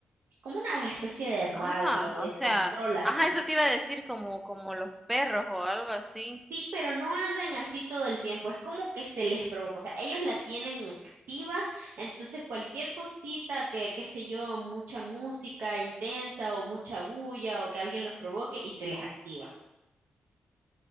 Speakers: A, on the right; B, in the centre.
A: Es como una especie de rabia,
B: Ah,
A: descontrol
B: o sea,
A: así.
B: ajá, eso te iba a decir como, como los perros o algo así.
A: Sí, pero no andan así todo el tiempo, es como que se les provoca, o sea, ellos la tienen activa, entonces cualquier cosita que, qué sé yo, mucha música intensa o mucha bulla o que alguien los provoque y se les activa.